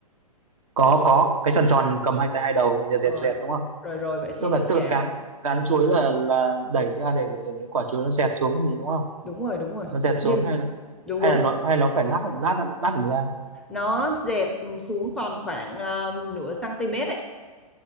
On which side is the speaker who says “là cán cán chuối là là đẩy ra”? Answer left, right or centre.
Right